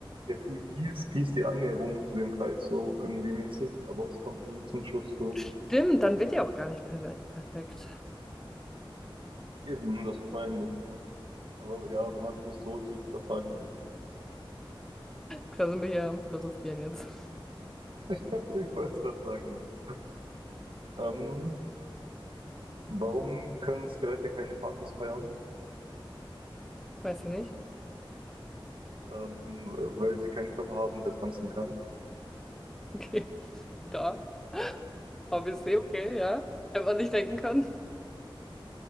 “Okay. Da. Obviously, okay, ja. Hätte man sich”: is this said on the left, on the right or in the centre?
Centre